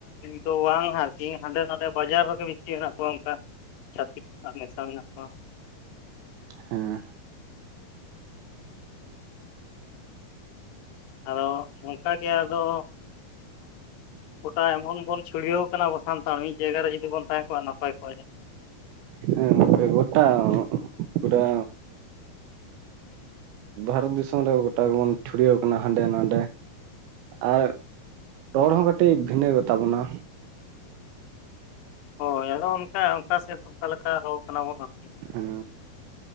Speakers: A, on the left; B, on the right.
A: ᱫᱚ ᱵᱟᱝ ᱟᱨᱠᱤ ᱦᱟᱸᱰᱮ ᱱᱚᱰᱮ ᱵᱟᱡᱟᱨ ᱨᱮᱜᱮ ᱵᱤᱥᱤ ᱦᱮᱱᱟᱜ ᱠᱚᱣᱟ ᱚᱱᱠᱟ ᱪᱷᱟᱛᱤ ᱢᱮᱥᱟ ᱢᱮᱱᱟ ᱠᱚᱣᱟ
B: ᱦᱮᱸ
A: ᱟᱫᱚ ᱚᱝᱠᱟ ᱜᱮ ᱟᱫᱚ ᱜᱚᱴᱟ ᱮᱢᱚᱱ ᱵᱚᱱ ᱪᱷᱩᱲᱭᱟᱹᱣ ᱠᱟᱱᱟ ᱟᱵᱚ ᱥᱟᱱᱛᱟᱲ ᱢᱤᱫ ᱡᱟᱭᱜᱟ ᱨᱮ ᱡᱩᱫᱤ ᱵᱚᱱ ᱛᱟᱦᱮᱸ ᱠᱚᱜ-ᱟ ᱱᱟᱯᱟᱭ ᱠᱚᱜ-ᱟ
B: ᱦᱮᱸ ᱜᱚᱴᱟ ᱯᱩᱨᱟᱹ ᱵᱷᱟᱨᱚᱛ ᱫᱤᱥᱚᱢ ᱨᱮ ᱜᱚᱴᱟ ᱜᱮᱵᱚᱱ ᱪᱷᱩᱲᱭᱟᱹᱣ ᱠᱟᱱᱟ ᱦᱟᱸᱰᱮ ᱱᱟᱰᱮ ᱟᱨ ᱨᱚᱲ ᱦᱚᱸ ᱠᱟᱹᱴᱤᱡ ᱵᱷᱤᱱᱟᱹ ᱜᱮᱛᱟ ᱵᱚᱱᱟ
A: ᱦᱳᱭ ᱟᱫᱚ ᱚᱱᱠᱟ ᱚᱱᱠᱟ ᱥᱮᱫ ᱚᱠᱟ ᱞᱮᱠᱟ ᱨᱳ ᱟᱠᱟᱱᱟ ᱵᱚᱱ ᱟᱨᱠᱤ
B: ᱦᱮᱸ